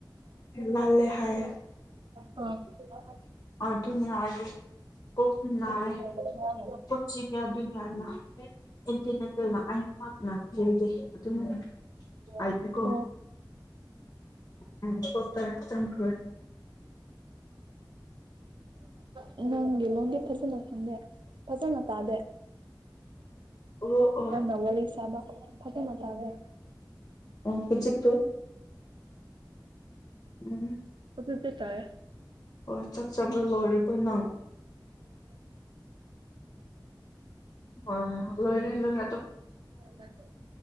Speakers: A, on the left; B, on the right.
A: ꯂꯥꯜꯂꯦ ꯍꯥꯏꯌꯦ
B: ꯑ
A: ꯑꯗꯨ ꯑꯗꯨꯅ ꯑꯗꯨ ꯑꯗꯨ ꯀꯁ
B: ꯎꯝ ꯑꯣ
A: ꯑ ꯄꯨꯆꯤ ꯀꯌꯥ ꯑꯗꯨ ꯌꯥꯅ ꯏꯟꯇꯔꯅꯦꯠ ꯑꯥꯛ ꯂꯥꯛ ꯗꯤ ꯑꯗꯨꯃꯥꯏꯅ ꯍꯥꯏꯕꯤꯌꯨꯀꯣ
B: ꯎꯝ
A: ꯎꯝ ꯀꯣꯛ ꯇ ꯆꯪꯈ꯭ꯔꯣꯏ
B: ꯀ ꯅꯪꯒꯤ ꯂꯣꯟꯒꯤ ꯐ ꯎ ꯈꯪꯗꯦ ꯐꯖꯅ ꯇꯥꯗꯦ
A: ꯑꯣ ꯑꯣ
B: ꯅꯥꯟ ꯋꯥꯂꯤ ꯁꯥꯕ ꯐꯠꯇꯃ ꯇ꯭ꯔꯦ
A: ꯑꯣ ꯈꯟꯖꯤꯠꯇꯨ ꯎꯝ
B: ꯍꯧꯖꯤꯗꯤ ꯇꯥꯏ
A: ꯍꯣꯏ ꯆꯥꯛ ꯆꯥꯕ ꯂꯣꯏꯔꯕ꯭ꯔꯣ ꯅꯪ ꯍꯣꯏ ꯍꯣꯏ ꯂꯣꯏꯔꯦ ꯂꯣꯏꯔꯦ
B: <unintelligible>